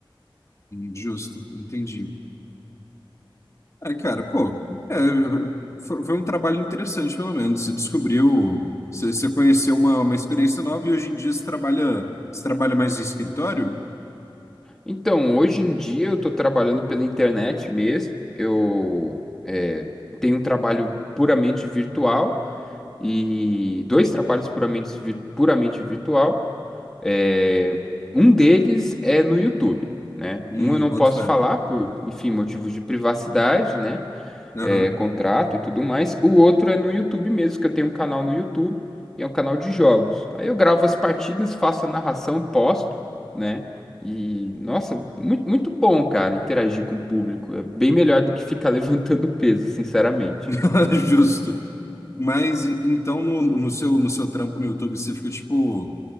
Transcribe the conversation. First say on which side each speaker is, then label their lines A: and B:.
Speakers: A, on the left; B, in the centre.
A: justo, entendi. É, cara, pô, é, foi, foi um trabalho interessante, pelo menos. Você descobriu, você, você conheceu uma, uma experiência nova e hoje em dia você trabalha, você trabalha mais em escritório?
B: Então, hoje em dia eu estou trabalhando pela internet mesmo. Eu é, tenho um trabalho puramente virtual e dois trabalhos puramente, vir- puramente virtual. É, um deles é no YouTube, né?
A: Hum,
B: Um eu não
A: boto
B: posso
A: fé.
B: falar por, enfim, motivos de privacidade, né?
A: Aham.
B: é, contrato e tudo mais. O outro é no YouTube mesmo, que eu tenho um canal no YouTube, e é um canal de jogos. Aí eu gravo as partidas, faço a narração, posto, né? E, nossa, muito, muito bom, cara, interagir com o público. É bem melhor do que ficar <laughs> levantando peso, sinceramente.
A: <laughs> Justo. Mas e- então no, no seu no seu trampo no YouTube você fica tipo